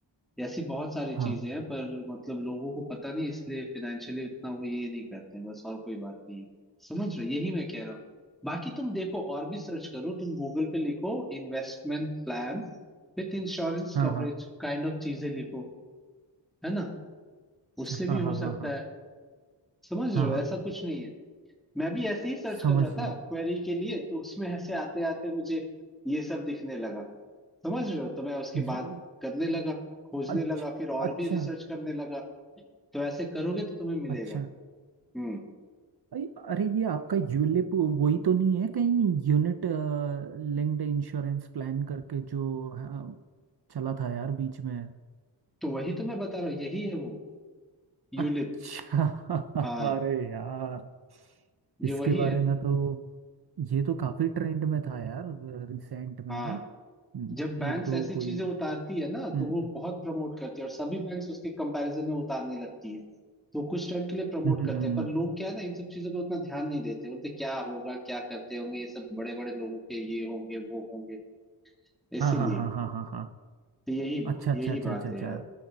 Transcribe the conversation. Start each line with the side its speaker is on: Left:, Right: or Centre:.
Centre: ऐसी बहुत सारी
Right: हाँ
Centre: चीजें हैं पर मतलब लोगों को पता नहीं इसलिए फाइनेंशियली उतना वो ये नहीं करते हैं बस और कोई बात नहीं है समझ रहे हो? यही मैं कह रहा हूँ बाकी तुम देखो और भी सर्च करो तुम गूगल पे लिखो investment plan with insurance
Right: हाँ
Centre: coverage
Right: हाँ
Centre: kind of चीजें लिखो है ना
Right: अच्छा
Centre: उससे भी
Right: हाँ
Centre: हो
Right: हाँ हाँ
Centre: सकता
Right: हाँ
Centre: है समझ रहे
Right: हाँ
Centre: हो
Right: हाँ
Centre: ऐसा कुछ नहीं है मैं भी ऐसे ही सर्च
Right: समझ
Centre: कर रहा
Right: गया
Centre: था क्वेरी के लिए तो उसमें ऐसे आते आते मुझे ये सब दिखने लगा समझ रहे हो तो मैं उसके
Right: ये
Centre: बाद करने लगा खोजने
Right: अच्छा
Centre: लगा फिर और
Right: अच्छा
Centre: भी रिसर्च करने लगा तो ऐसे करोगे तो तुम्हें मिलेगा
Right: अच्छा
Centre: हम्म
Right: अरे अरे, ये आपका यूलिप वही तो नहीं है कहीं यूनिट लिंक्ड इंश्योरेंस प्लान करके जो अ, चला था यार बीच में
Centre: तो वही तो मैं बता रहा हूँ यही है वो यूलिप
Right: अच्छा <laughs>
Centre: हाँ
Right: अरे यार
Centre: ये
Right: इसके
Centre: वही
Right: बारे
Centre: है
Right: में तो ये तो काफी ट्रेंड में था यार रिसेंट में
Centre: हाँ
Right: ना हम्म,
Centre: जब बैंक्स
Right: एक दो
Centre: ऐसी
Right: कोई
Centre: चीजें उतारती है ना
Right: हम्म
Centre: तो वो
Right: हम्म
Centre: बहुत प्रमोट करती है और सभी बैंक्स उसके कंपैरिजन में उतारने लगती है तो कुछ टाइम के लिए प्रमोट
Right: हम्म, हम्म,
Centre: करते
Right: हम्म,
Centre: हैं पर लोग क्या है ना इन सब चीजों पे उतना ध्यान नहीं देते बोलते क्या होगा क्या करते होंगे ये सब बड़े बड़े लोगों के ये होंगे वो होंगे इसीलिए
Right: हाँ हाँ हाँ हाँ हाँ हाँ
Centre: तो यही
Right: अच्छा अच्छा
Centre: यही
Right: अच्छा
Centre: बात
Right: अच्छा
Centre: है
Right: अच्छा
Centre: यार